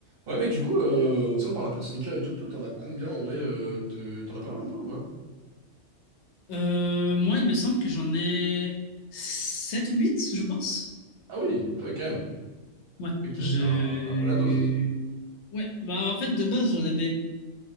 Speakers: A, on the right; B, on the left.
A: Ouais mec, du coup, euh, tu sais, on parle un peu de sneakers et tout, toi t'en as combien en vrai euh, te- T'en as pas mal un peu ou pas?
B: Euh, moi, il me semble que j'en ai 7 ou 8, je pense.
A: Ah oui, ah oui quand même.
B: Ouais,
A: Oui,
B: je...
A: t'as t'as un, t'as un peu la dose.
B: Ouais, bah en fait, de base, j'en avais